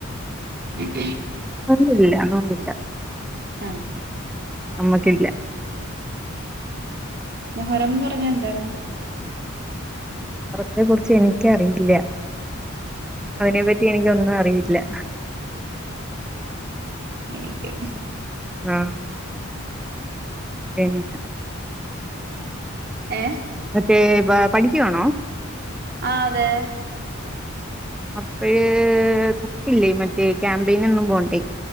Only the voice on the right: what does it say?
ഇപ്പ <unintelligible>
ആഹ
മുഹറന്ന് പറഞ്ഞ എന്താണ്
എനക്ക്ും
ഏ
ആ അതെ